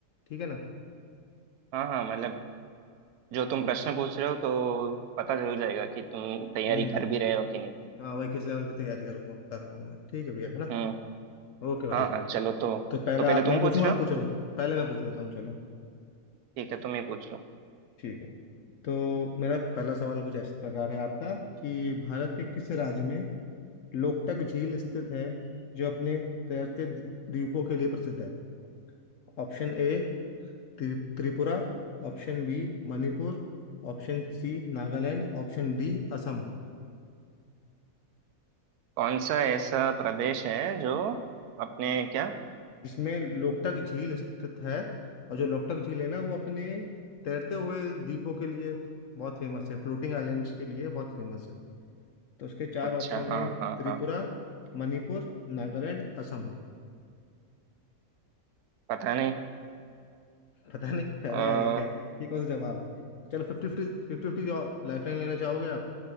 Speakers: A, on the left; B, on the right.
A: ठीक है ना
B: हाँ हाँ मतलब जो तुम प्रश्न पूछ रहे हो तो पता चल जाएगा कि तुम तैयारी
A: हम्म
B: कर भी रहे हो कि नहीं
A: हाँ वही किस लेवल पे तैयारी करूंगा कर रहा हूँ मैं ठीक है भैया है ना
B: हम्म
A: ओके भाई
B: हाँ हाँ चलो तो
A: तो पहला
B: तो पहले
A: आप
B: तुम
A: मैं
B: पूछ
A: पूछूंगा
B: रहे
A: आप
B: हो
A: पूछ रहे हो पहले मैं पूछ लेता हूँ चलो
B: ठीक है तुम ही पूछ लो
A: ठीक है तो मेरा पहला सवाल कुछ इस प्रकार है आपका कि भारत के किस राज्य में लोकटक झील स्थित है जो अपने तैरते द्वी- द्वीपों के लिए प्रसिद्ध है Option A Tripura option B Manipur option C Nagaland option D Assam
B: कौन सा ऐसा प्रदेश है जो अपने क्या
A: जिसमें लोकटक झील स्थित है और जो लोकटक झील है ना वो अपने तैरते हुए द्वीपों के लिए बहुत फेमस है फ्लोटिंग आइलैंड्स के लिए बहुत फेमस है तो उसके चार
B: अच्छा
A: ऑप्शन
B: हाँ
A: है
B: हाँ
A: त्रिपुरा
B: हाँ
A: मणिपुर नागालैंड असम
B: पता नहीं
A: पता नहीं
B: आ,
A: अरे यार ये क्या ये कौन सा जवाब है चलो fifty fifty fifty fifty lifeline लेना चाहोगे आप